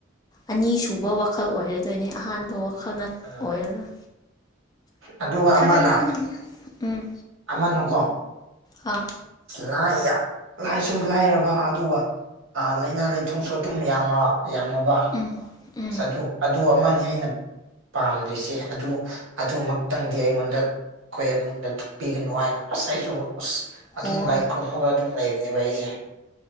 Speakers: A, on the left (about 20°); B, on the right (about 80°).
A: ꯑꯅꯤꯁꯨꯕ ꯋꯥꯈꯜ ꯑꯣꯏꯔꯗꯣꯏꯅꯦ ꯑꯍꯥꯟꯕ ꯋꯥꯈꯜꯅ
B: ꯎꯝ
A: ꯑꯣꯏꯔꯔꯣꯏ
B: ꯑꯗꯨꯒ
A: ꯊꯥꯒꯠꯅꯉꯥꯏ
B: ꯑꯃꯅ
A: ꯂꯩ ꯎꯝ
B: ꯑꯃꯅꯀꯣ
A: ꯑꯥ
B: ꯂꯥꯏ ꯌꯥꯝ ꯂꯥꯏꯁꯨ ꯂꯥꯏꯔꯕ ꯑꯗꯨꯒ ꯂꯥꯏꯅꯥ ꯂꯥꯏꯊꯨꯡꯁꯨ ꯑꯗꯨꯝ ꯌꯥꯝꯃ ꯌꯥꯝꯃꯕ
A: ꯎꯝ ꯎꯝ
B: ꯑꯗꯨ ꯑꯗꯨ ꯑꯃꯅꯤ ꯑꯩꯅ ꯄꯥꯝꯗ꯭ꯔꯤꯁꯦ ꯑꯗꯨ ꯑꯗꯨꯃꯛꯇꯪꯗꯤ ꯑꯩꯉꯣꯟꯗ ꯑꯩꯈꯣꯏ ꯏꯃꯨꯡꯗ ꯊꯣꯛꯄꯤꯒꯅꯨ ꯍꯥꯏꯅ ꯑꯁꯥꯏꯁꯨ ꯑꯗꯨꯝ
A: ꯍꯣꯏ
B: ꯂꯥꯏ ꯈꯨꯔꯨꯝꯃꯒ ꯑꯗꯨꯝ ꯂꯩꯕꯅꯦꯕ ꯑꯩꯁꯦ